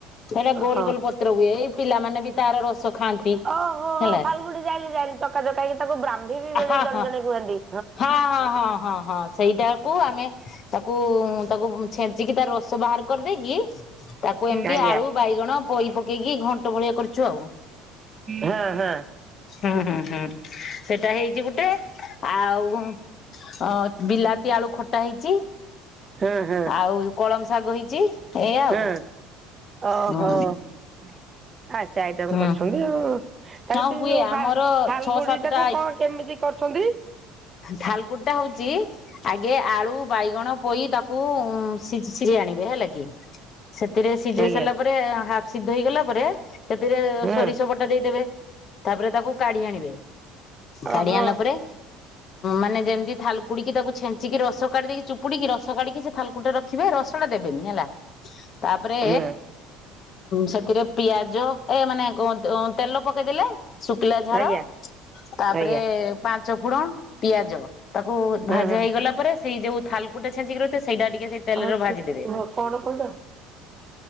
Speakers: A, on the left; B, on the right.
A: ଏଡ଼େ ଗୋଲ
B: ହଁ
A: ଗୋଲ ପତ୍ର ହୁଏ ଏଇ ପିଲାମାନେ ବି ତାର ରସ ଖାଆନ୍ତି।
B: ଓହୋ
A: ହେଲା
B: ହୋ ଥାଲୁକୁଡି ଯାଇଁଲିି ଯାଇଁଲି ଚକା ଚକା ହେଇକି ତାକୁ ବ୍ରାହ୍ମୀ ବି
A: ହଁ
B: ବୋଲି ଜଣେ
A: ହଁ।
B: ଜଣେ କୁହନ୍ତି।
A: ହଁ ହଁ ହଁ ହଁ ହଁ ସେଇଟାକୁ ଆମେ ତାକୁ ତାକୁ ଛେଚିକି ତାର ରସ ବାହାର କରିଦେଇକି ତାକୁ ଏମିତି
B: ଆଜ୍ଞା
A: ଆଳୁ ବାଇଗଣ ପୋଇ ପକେଇକି ଘଣ୍ଟ ଭଳିଆ କରିଛୁ ଆଉ।
B: ହଁ ହଁ।
A: ହୁଁ ହୁଁ ହୁଁ ସେଇଟା ହେଇଛି ଗୋଟେ ଆଉ ଅ ବିଲାତି ଆଳୁ ଖଟା ହେଇଛି।
B: ହଁ ହଁ
A: ଆଉ କଳମ ଶାଗ ହେଇଛି। ଏଇଆ
B: ହୁଁ
A: ଆଉ।
B: ଓହୋ
A: ହୁଁ
B: ଆ ଏତେ ଆଇଟମ
A: ହୁଁ
B: କରିଛନ୍ତି ଆଉ। ଆରେ
A: ହଁ
B: ସେ
A: ହୁଏ
B: ଯୋଉ
A: ଆମର
B: ଫାଲଗୁଡି
A: ଛଅ ସାତଟା
B: ଟାକୁ କଣ କେମିତି କରୁଛନ୍ତି?
A: ଥାଲୁକୁଡ଼ିଟା ହଉଛି। ଆଗେ ଆଳୁ, ବାଇଗଣ, ପୋଇ, ତାକୁ ସିଝି ସିଝେଇ ଆଣିବେ ହେଲା କି। ସେଥିରେ ସିଝେଇ
B: ଆଜ୍ଞା
A: ସାରିଲା ପରେ ହାଫ ସିଧ ହେଇଗଲା ପରେ ସେଥିରେ
B: ହଁ
A: ସୋରିଷ ବଟା ଦେଇଦେବେ, ତାପରେ ତାକୁ କାଢି ଆଣିବେ, କାଢି
B: ଓହୋ
A: ଆଣିଲା ପରେ ମାନେ ଯେମିତି ଥାଲକୁଡିକି ତାକୁ ଛେଞ୍ଚିକି ରସ କାଢି ଦେଇକି ଚୁପଡିକି ରସ କାଢିକି ସେ ଥାଲୁକୁଡ଼ି ଟା ରଖ ରଖିବେ ରସଟା ଦେବେନି ହେଲା ତାପରେ
B: ହଁ
A: ସେଥିରେ ପିଆଜ ଏ ମାନେ କ ତେଲ ପକେଇଦେଲେ, ଶୁଖିଲା ଝାଳ
B: ଆଜ୍ଞା
A: ତାପରେ
B: ଆଜ୍ଞା
A: ପାଞ୍ଚ ଚକୁଣ, ପିଆଜ ତାକୁ ଭାଯା
B: ହଁ ହଁ
A: ହେଇଗଲା ପରେ ସେଇ ଯୋଉ ଥାାଲକୁଡି ଟା ଛେଚିକି ରଖିଥିବେ ସେଇଟା ଟିକେ ସେଇ ତେଲରେ
B: ଆଉ
A: ଭାଜିଦେବେ।
B: କୁହ କଣ କହୁଛ?